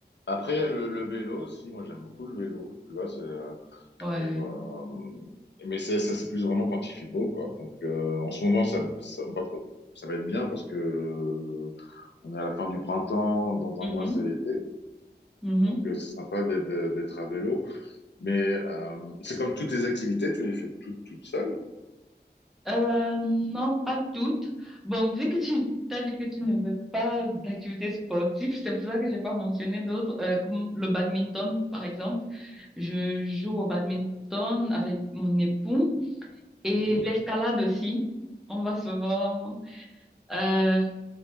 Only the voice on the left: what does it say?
après, il y a le, le vélo aussi. Moi, j'aime beaucoup le vélo. Tu vois, c'est, euh,
pour, euh, mais ça, ça, c'est plus vraiment quand il fait beau, quoi. Donc, euh, en ce moment, ça, ça, on va trop- ça va être bien parce que euh, on est à la fin du printemps, dans
un mois, c'est l'été.
Donc, euh, c'est sympa d'être d'être à vélo. Mais euh, c'est comme toutes tes activités, tu les fais toutes, toutes seules.
Mhm.